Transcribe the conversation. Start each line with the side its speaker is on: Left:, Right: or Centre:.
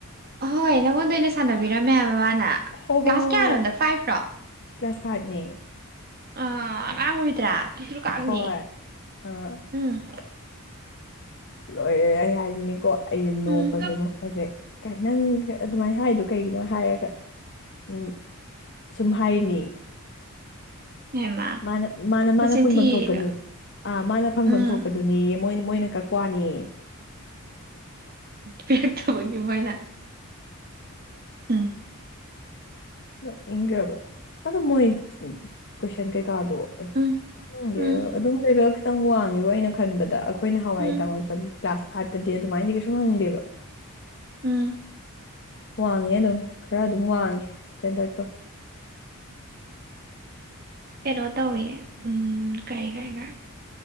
Right: ꯑꯍꯣꯏ ꯅꯉꯣꯟꯗ ꯑꯣꯏꯅ ꯁꯥꯟꯅꯕꯤꯔꯝꯃꯦ ꯍꯥꯏꯕ ꯃꯥꯅ
Left: ꯍꯣꯏ
Right: ꯀ꯭ꯂꯥꯁ
Left: ꯍꯣꯏ ꯍꯣꯏ
Right: ꯀꯌꯥꯅꯣ
Left: ꯍꯣꯏ
Right: ꯑꯗꯣ ꯐꯥꯏꯚ ꯔꯣ
Left: ꯀ꯭ꯂꯥꯁ ꯐꯥꯏꯕꯅꯦ
Right: ꯑꯥ ꯑꯉꯥꯡ ꯑꯣꯏꯗ꯭ꯔꯥ ꯇꯥꯡꯅꯦ
Left: ꯍꯣꯏ ꯑꯥ
Right: ꯎꯝ
Left: ꯂꯣꯏꯔꯦ ꯑꯩ ꯍꯥꯏꯅꯤꯡꯅꯤꯀꯣ ꯑꯩꯖꯦ
Right: ꯎꯝ
Left: ꯅꯣꯛꯄꯖꯦꯅꯣ ꯍꯧꯖꯤꯛ ꯅꯪ ꯑꯗꯨꯃꯥꯏꯅ ꯍꯥꯏꯗꯣ ꯀꯩꯒꯤꯅꯣ ꯍꯥꯏꯔꯒ ꯎꯝ ꯁꯨꯝ ꯍꯥꯏꯔꯤꯅꯤ
Right: ꯍꯦꯃꯥ
Left: ꯃꯥꯅ ꯃꯥꯅ ꯃꯥꯅ
Right: ꯃꯆꯤꯟ
Left: ꯐꯪꯐꯝ
Right: ꯊꯤꯔꯤꯗꯣ
Left: ꯊꯣꯛꯄꯅꯤ ꯑꯥ ꯃꯥꯅ ꯐꯪꯐꯝ
Right: ꯎꯝ
Left: ꯊꯣꯛꯄꯗꯨꯅꯦ ꯃꯣꯏ ꯃꯣꯏꯅ ꯀꯛꯄ ꯋꯥꯅꯤꯌꯦ
Right: ꯄꯦꯈꯠꯈꯕꯒꯤ ꯃꯣꯏꯅ ꯎꯝ
Left: ꯅꯣꯛꯅꯤꯡꯒ꯭ꯔꯕ ꯑꯗꯨ ꯃꯣꯏ ꯀꯣꯏꯁꯟ ꯀꯩꯀꯥꯗꯣ ꯑꯁ
Right: ꯎꯝ
Left: ꯈꯪꯗꯦ
Right: ꯎꯝ
Left: ꯑꯗꯨꯝ ꯂꯦꯕꯦꯜ ꯈꯤꯇꯪ ꯋꯥꯡꯉꯦꯕ ꯑꯩꯅ ꯈꯟꯕꯗ ꯑꯩꯈꯣꯏꯅ ꯍꯋꯥꯏ
Right: ꯎꯝ
Left: ꯇꯝꯃꯛꯄ ꯀ꯭ꯂꯥꯁ ꯐꯥꯏꯚꯇꯗꯤ ꯑꯗꯨꯃꯥꯏꯅꯗꯤ ꯀꯩꯁꯨ ꯍꯪꯗꯦꯕ
Right: ꯎꯝ
Left: ꯋꯥꯡꯉꯦ ꯑꯗꯨꯝ ꯈꯔ ꯑꯗꯨꯝ ꯋꯥꯡꯉꯦ ꯁꯇꯦꯟꯗꯔꯠꯇꯣ
Right: ꯀꯩꯅꯣ ꯇꯧꯏ ꯎꯝ ꯀꯔꯤ ꯀꯔꯤ ꯀꯩ